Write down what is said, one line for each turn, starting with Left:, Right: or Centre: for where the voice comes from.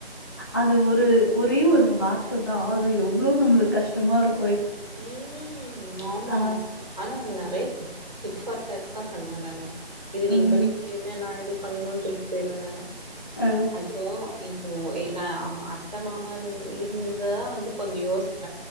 Left: அது ஒரு ஒரே ஒரு வார் த்த தா அது எவ்ளோ நம்மளுக்கு கஷ்டமாருக்
Right: ம் ஆமா
Left: ஆ
Right: ஆனா நெறைய <unintelligible> ஃபார் தட் தா பண்ணுவே நானு இது நீங்க
Left: ம்
Right: பண்ணிக்குடுக்கல்லைங்க நா எடுத் பண்ணணுன்னு சொல்ட்டு போயிருவே நானு
Left: ஆ
Right: அது இ ப்போ இல்ல அம் அத்த மாமா இரு இருந்தா வந்து கொஞ்சோ யோசிப்ப